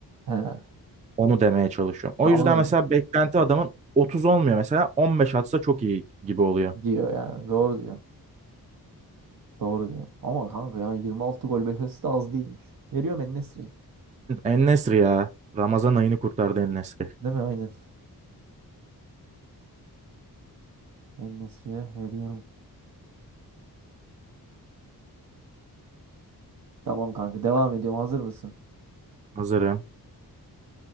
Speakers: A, on the right; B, on the right.
A: he.
B: Onu demeye çalışıyorum. O
A: Ben onu
B: yüzden
A: diyorum.
B: mesela beklenti adamın 30 olmuyor mesela 15 atsa çok iyi gibi oluyor.
A: diyor yani. Doğru diyor. Doğru diyor. Ama kanka yani 26 gol beklentisi de az değilmiş. Veriyorum en Değil
B: En-Nesyri ya. Ramazan ayını kurtardı En-Nesyri.
A: mi? Aynen. en veriyorum. Tamam kanka
B: Tamam.
A: devam ediyorum. Hazır mısın?
B: Hazırım.